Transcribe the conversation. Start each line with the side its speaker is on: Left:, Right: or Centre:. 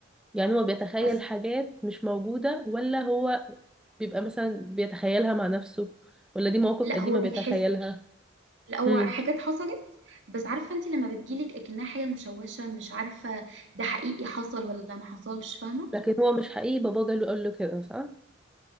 Centre: يعني هو بيتخيل
Right: بس
Centre: حاجات مش موجودة ولا هو بيبقى مثلا بيتخيلها مع نفسه ولا دي مواقف
Right: لا
Centre: قديمة
Right: هو بيحس
Centre: بيتخيلها
Right: لا هو
Centre: مم.
Right: حاجات حصلت بس عارفه انت لما بتجيلك اكنها حاجه مشوشه مش عارفه ده حقيقي حصل ولا ما حصلش فاهمه
Centre: لكن هو مش حقيقي باباه جاله قال له كده صح؟